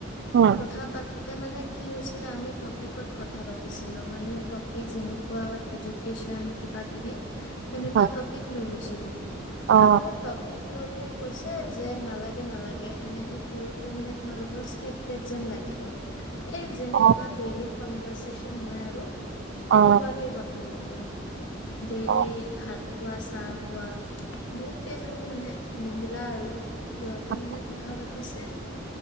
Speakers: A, on the right; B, on the left.
A: উম
B: কথা পাতো ত মানে কি হৈছিলে আমি টপিকত কথা পাতিছিলোঁ মানে টপিক যেনেকুৱা এডুকেশ্যন কিবা কিবি সেনেকুৱা
A: হয়
B: টপিক লৈ লৈছিলো
A: অ
B: আকৌ টপিক লৈ কৈছে যে নালাগে নালাগে এনেকে কৰোতে মানে তোমালোকৰ স্ক্ৰিপ্টেড যেন লাগিব এই যেনেকুৱা
A: অ
B: ডেইলী কনভাৰ্চেচন হয় আৰু সেনেকুৱাকে
A: অ
B: কথা পাতিবা ডেইলি
A: অ
B: ভাত খোৱা চাহ খোৱা হয় মোৰ কেইজনী মানে মহিলা লা আৰু সিহঁতে
A: অ
B: মানে কথা পাতিছে